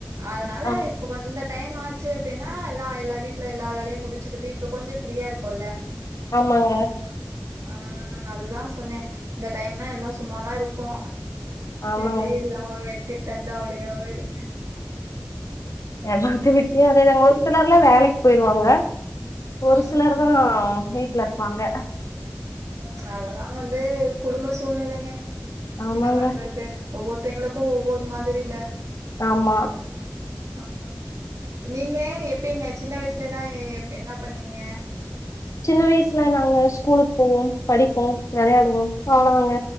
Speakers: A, on the right; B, on the left.
A: அதனால
B: ஆமா
A: இப்போ வந்து டைம் ஆச்சு அப்டின்னா எல்லா எல்லா வீட்டுல எல்லா வேலையு முடிச்சுக்கிட்டு இப்போ கொஞ்ச ஃப்ரீயா இருக்குல்ல
B: ஆமாங்க
A: ஆ அதுதா சொன்னே இந்த டைம்னா எல்லா சும்மாதா இருப்போ
B: ஆமாங்க
A: வேலையே இல்லாம வெட்டி தண்டா அப்டிங்குற மாரி
B: எல்லாத்து வீட்லயு அதேதாங்க ஒரு சிலர்லா வேலைக்கு போயிருவாங்க
A: ம்
B: ஒரு சிலர்
A: ம்
B: தா வீட்டுல இருப்பாங்க
A: ம் அதெல்லா வந்து குடும்ப சூழ்நிலைங்க
B: ஆமாங்க
A: என்ன பண்றது ஒவ்வொருத்தவைங்களுக்கு ஒவ்வொரு மாதிரில்ல
B: ஆமா
A: ஆ நீங்க எப்டிங்க சின்ன வயசுலலா எப் என்ன பண்ணீங்க
B: சின்ன வயசுல நாங்க ஸ்கூலுக்கு போவோ படிப்போ வெளையாடுவோ அவ்ளதாங்க